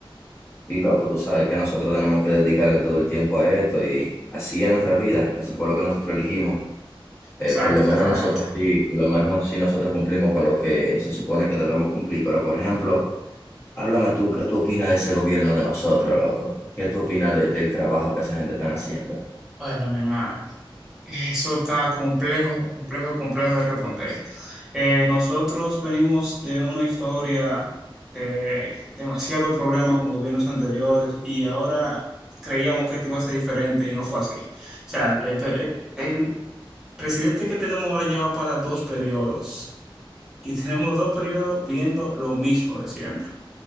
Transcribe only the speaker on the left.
Y loco, tú sabes que nosotros tenemos que dedicarle todo el tiempo a esto y así es nuestra vida, eso fue lo que nosotros elegimos. Eh,
por lo menos
nosotros sí, por lo menos sí nosotros cumplimos con lo que se supone que debemos cumplir, pero por ejemplo, háblame tú, ¿qué tú opinas de ese gobierno de nosotros, loco? ¿Qué tú opinas de- del trabajo que esa gente está haciendo?